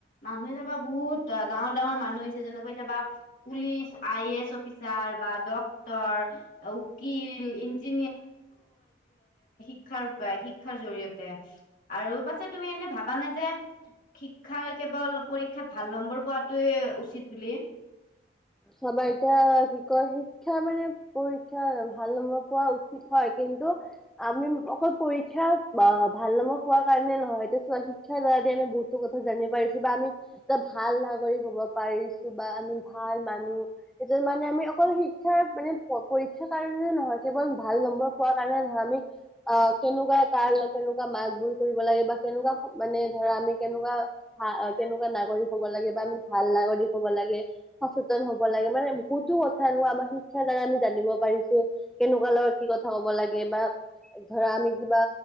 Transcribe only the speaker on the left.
মানুহে বা বহুত ডাঙৰ ডাঙৰ মানুহ হৈছে। যেনেকৈ চাবা police, I A S officer বা ডক্টৰ উকিল, ইঞ্জি শিক্ষাৰপৰাই শিক্ষাৰ জৰিয়তে। আৰু পাছে তুমি এনে ভাবা নে যে শিক্ষাৰ কেৱল পৰীক্ষাত ভাল নম্বৰ পোৱাতোৱে উচিত বুলি।